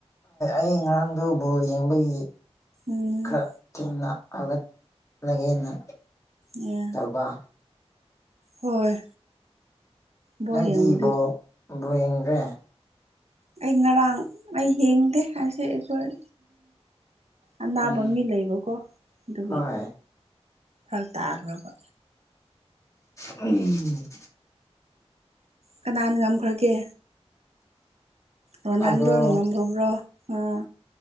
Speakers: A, on the left; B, on the right.
A: ꯑꯩ ꯉꯔꯥꯡꯗꯨ ꯕꯣꯜ ꯌꯦꯡꯕꯒꯤ
B: ꯎꯝ
A: ꯈꯔ ꯊꯦꯡꯅ ꯍꯧꯒꯠꯂꯒꯦꯅ
B: ꯌꯥ
A: ꯋꯥ
B: ꯍꯣꯏ ꯕꯣꯜ
A: ꯅꯣꯏꯗꯤ
B: ꯌꯦꯡꯕꯗꯤ
A: ꯕꯣꯜ ꯕꯣꯜ ꯌꯦꯡꯗ꯭ꯔꯦ
B: ꯑꯩ ꯉꯔꯥꯡ ꯑꯩ ꯌꯦꯡꯗꯦ ꯍꯥꯏꯁꯦ ꯑꯩꯈꯣꯏ ꯑꯅꯥꯕ
A: ꯎꯝ
B: ꯃꯤ ꯂꯩꯕꯀꯣ ꯑꯗꯨꯒꯤ
A: ꯍꯣꯏ
B: ꯐꯔꯛ ꯇꯥꯈ꯭ꯔꯕ
A: ꯎꯝ
B: ꯀꯅꯥꯅ ꯉꯝꯈ꯭ꯔꯒꯦ ꯔꯣꯅꯥꯜꯗꯣꯅ
A: ꯇꯥꯕ꯭ꯔꯣ
B: ꯉꯝꯈꯔꯕ꯭ꯔꯣ ꯑꯣ